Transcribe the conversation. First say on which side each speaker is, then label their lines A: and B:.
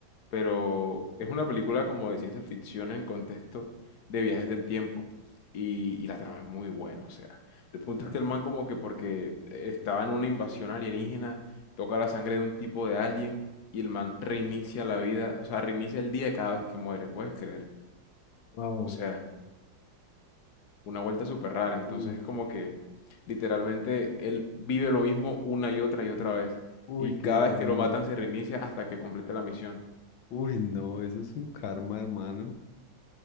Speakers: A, on the left (about 60°); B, on the left (about 85°).
A: pero es una película como de ciencia ficción en contexto de viajes del tiempo y, y la trama es muy buena, o sea, el punto
B: Ya.
A: es que el man como que porque estaba en una invasión alienígena, toca la sangre de un tipo de alien y el man reinicia la vida, o sea, reinicia el día cada vez que muere, ¿puedes creer?
B: Wow.
A: O sea... Una vuelta súper rara. Entonces
B: sí.
A: es como que literalmente él vive lo mismo una y otra y otra vez.
B: Uy,
A: Y cada
B: qué ironía.
A: vez que lo matan se reinicia hasta que complete la misión.
B: Uy, no, eso es un karma, hermano.